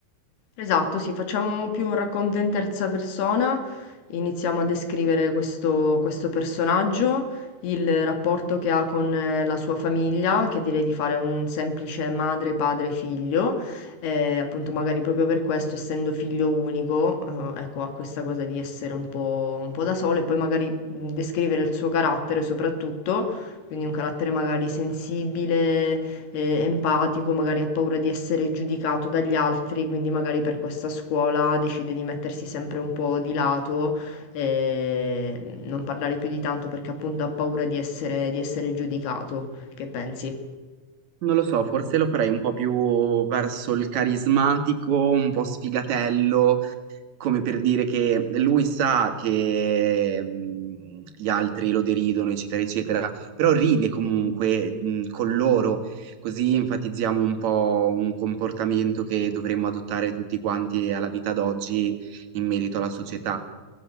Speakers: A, on the left; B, on the right.
A: Esatto, sì, facciamo più un racconto in terza persona, iniziamo a descrivere questo, questo personaggio, il rapporto che ha con eh, la sua famiglia, che direi di fare un semplice madre, padre, figlio, eh, appunto magari proprio per questo, essendo figlio unico, eh, ecco, ha questa cosa di essere un po', un po' da solo e poi magari mh, descrivere il suo carattere soprattutto, quindi un carattere magari sensibile eh, empatico, magari ha paura di essere giudicato dagli altri, quindi magari per questa scuola decide di mettersi sempre un po' di lato, eh, non parlare più di tanto perché appunto ha paura di essere, di essere giudicato. Che pensi?
B: Non lo so, forse lo farei un po' più verso il carismatico, un po' sfigatello come per dire che lui sa che mh, gli altri lo deridono, eccetera, eccetera, però ride comunque mh, con loro, così enfatizziamo un po' un comportamento che dovremmo adottare tutti quanti alla vita d'oggi in merito alla società.